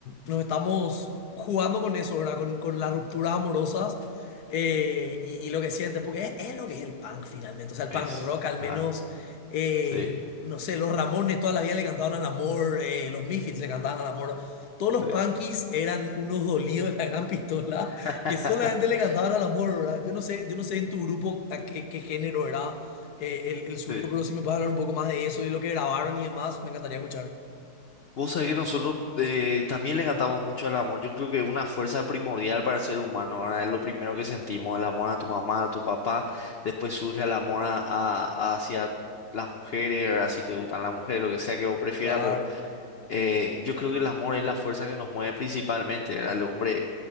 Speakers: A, on the left (about 80°); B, on the left (about 50°).
A: nos estamos jugando con eso, ¿verdad? Con, con las rupturas amorosas eh, y, y lo que sientes, porque es, es lo que es el punk finalmente. O sea, el
B: Es.
A: punk rock al menos...
B: Ah,
A: eh,
B: sí,
A: No sé, los Ramones toda la vida le cantaban al amor, eh, los Misfits le cantaban al amor. Todos los
B: sí,
A: punkies eran unos dolidos de la gran pistola
B: <laughs>
A: que solamente le cantaban al amor, ¿verdad? Yo no sé, yo no sé en tu grupo a qué, qué género era eh, el, el suyo,
B: sí.
A: pero si me puedes hablar un poco más de eso y lo que grabaron y demás, me encantaría escuchar.
B: Vos sabés que nosotros eh, también le cantamos mucho al amor. Yo creo que es una fuerza primordial para el ser humano, ¿verdad? Es lo primero que sentimos, el amor a tu mamá, a tu papá. Después surge el amor a, a- hacia las mujeres, ¿verdad? Si te gustan las mujeres, lo que sea que vos prefieras,
A: Claro,
B: pero eh, yo creo que el amor es la fuerza que nos mueve principalmente, ¿verdad? El hombre,